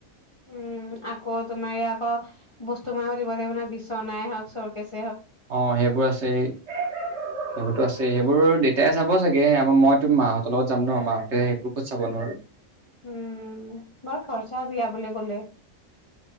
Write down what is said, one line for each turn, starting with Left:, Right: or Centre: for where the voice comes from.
Left: উম, আকৌ তোমাৰ ইয়া আকৌ বস্তু <unintelligible> দিব লাগিব নহয় বিচনাই হওক <unintelligible>
Right: অ' সেইবোৰ আছে সেইবোৰতো আছে সেইবোৰ দেত তে চাব চাগে আমাৰ মইতো মাহঁতৰ লগত যাম ন মাহঁতে সেইবোৰ ক'ত চাব নো আৰু।
Left: উম, বৰ খৰচা বিয়া বুলি কলে।